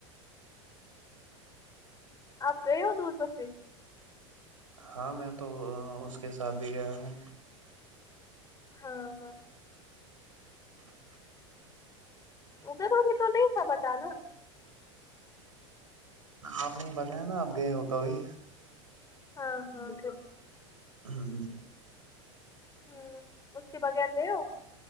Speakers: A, on the left; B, on the right.
A: آپ گیے ہو دور پتری
B: ہاں میں تو اس کے ساتھ بھی گیا ہوں
A: ہاں ہاں <unintelligible>
B: آپ نے ہی بتایا نا آپ گئے ہو کبھی
A: ہاں ہاں ہاں
B: ہاں جی
A: ہمم اس کے بغیر گیے ہو